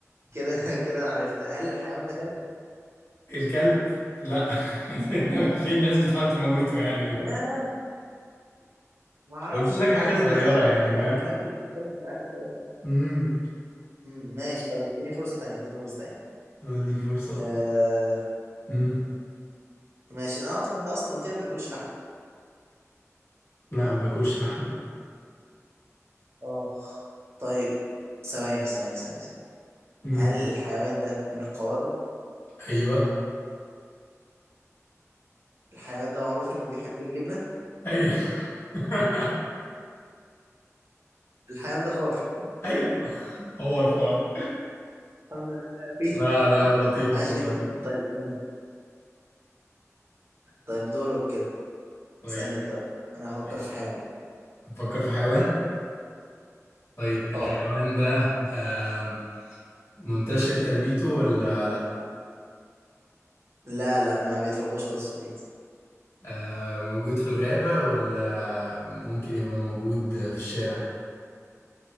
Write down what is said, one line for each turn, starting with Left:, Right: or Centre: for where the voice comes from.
Right: كده <laughs> كده انا عرفت هل الحيوان ده كلب
Left: الكلب لا <laughs> ليه الناس بتحاول تموته يعني
Right: ياه ما اعرفش
Left: قلت لك
Right: الترند
Left: حاجة صغيرة
Right: اللي ظهر
Left: يعني
Right: ده بتاع
Left: فاهم
Right: الكلاب اللي بتفترس العيال الصغيره
Left: امم
Right: امم ماشي طب اديني فرصه تانية اديني فرصه تانية
Left: اديك فرصة أهو.
Right: آه
Left: امم
Right: ماشي انا صح انت اصلا قلت لي ما بياكلش لحم
Left: لا ما بياكلش لحمة لا
Right: اه طيب ثواني ثواني ثواني ثواني
Left: امم
Right: هل الحيوان ده من القوارض
Left: ايوه
Right: الحيوان ده معروف انه بيحب الجبنه
Left: ايوه <laughs>
Right: الحيوان ده فار <laughs>
Left: ايوه هو الفار
Right: الحمد لله اخير
Left: لا لعبة لطيفة
Right: عاش
Left: والله
Right: جدا طيب يلا. طيب دورك كده
Left: طيب
Right: اسالني انت بقى انا هفكر
Left: ماشي
Right: في حيوان
Left: بتفكر في حيوان طيب الحيوان
Right: اه
Left: ده آم، منتشر تربيته ولا لا
Right: لا لا ما بيترباش خالص في البيت
Left: آم، موجود في الغابة ولا ممكن يبقى موجود في الشارع